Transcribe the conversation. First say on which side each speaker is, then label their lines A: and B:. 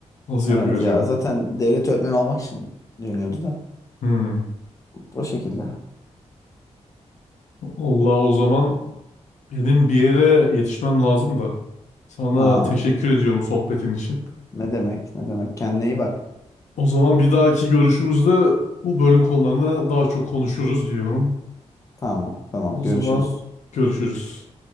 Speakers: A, on the left; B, on the left.
A: Nasıl yapıyor
B: Evet
A: acaba?
B: ya zaten devlet öğretmeni olmak için deniyordu da.
A: Hmm.
B: O şekilde.
A: Allah o zaman benim bir yere yetişmem lazım da. Sana
B: Ha,
A: teşekkür ediyorum sohbetin için.
B: ne demek? Ne demek? Kendine iyi bak.
A: O zaman bir dahaki görüşümüzde bu bölüm konularını daha çok konuşuruz diyorum.
B: Tamam, tamam.
A: O zaman
B: Görüşürüz.
A: görüşürüz.